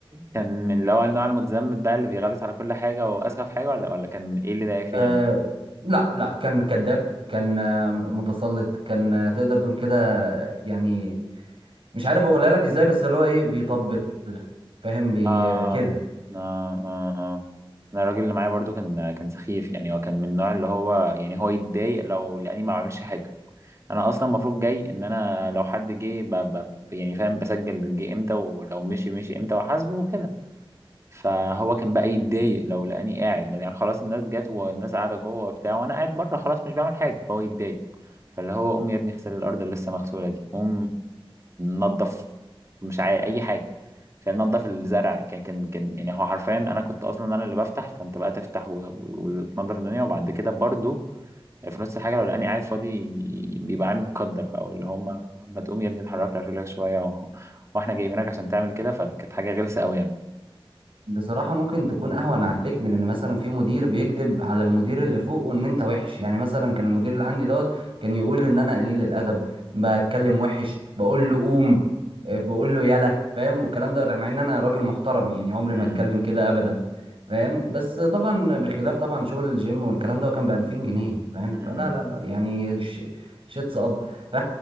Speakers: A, on the right; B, on the right.
A: كان من اللي هو النوع المتزمت بقى اللي بيغلس على كل حاجة وأسخف حاجة ولا ولا كان إيه اللي ضايقك فيه
B: أه
A: يعني؟
B: لا لا كان كذاب كان آه، متسلط كان آه، تقدر تقول كده آه، يعني مش عارف اقولها لك ازاي بس اللي هو ايه بيطبل فاهم بي
A: آه
B: آه، كده
A: آه آه آه أنا الراجل اللي معايا برضو كان كان سخيف يعني هو كان من النوع اللي هو يعني هو يتضايق لو لأني ما بعملش حاجة أنا أصلا المفروض جاي إن أنا لو حد جه ب... ب... يعني فاهم بسجل جه إمتى ولو مشي مشي إمتى وأحاسبه وكده فهو كان بقى يتضايق لو لقاني قاعد يعني خلاص الناس جت والناس قاعده جوه وبتاع وانا قاعد بره خلاص مش بعمل حاجه فهو يتضايق فاللي هو قوم يا ابني اغسل الارض اللي لسه مغسوله دي قوم نظف مش عارف اي حاجه فنظف الزرع كان كان كان يعني هو حرفيا انا كنت اصلا انا اللي بفتح فانت بقى تفتح و- و- وتنظف الدنيا وبعد كده برضو في نص الحاجه لو لقاني قاعد فاضي بيبقى قاعد متقدر بقى واللي هم ما تقوم يا ابني اتحرك لك رجلك شويه و... واحنا جايبينك عشان تعمل كده فكانت حاجه غلسه قوي
B: بصراحة ممكن تكون
A: يعني
B: أهون عليك من إن مثلا في مدير بيكذب على المدير اللي فوقه إن أنت وحش يعني مثلا كان المدير اللي عندي دوت كان يقول إن أنا قليل الأدب بتكلم وحش بقول له قوم إيه، بقول له يلا فاهم والكلام ده مع إن أنا راجل محترم يعني عمري
A: امم
B: ما أتكلم كده أبدا فاهم بس طبعا بخلاف طبعا شغل الجيم والكلام ده كان بألفين جنيه فاهم
A: امم
B: فلا لا لا يعني ش... شيتس أب <laughs> ف...